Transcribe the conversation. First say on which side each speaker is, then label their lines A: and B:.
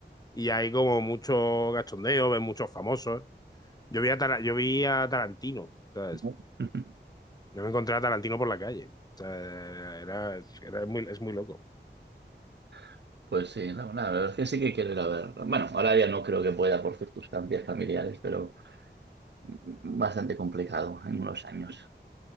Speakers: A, on the left (about 20°); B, on the right (about 70°).
A: y hay como mucho gachondeo, ves muchos famosos. Yo vi a, Tara- yo vi a Tarantino, ¿sabes?
B: mm.
A: Yo me encontré a Tarantino por la calle. O sea, era, era muy, es muy loco.
B: <laughs> Pues sí, no, la verdad es que sí que quiero ir a ver. Bueno, ahora ya no creo que pueda por circunstancias familiares, pero bastante complicado en unos años.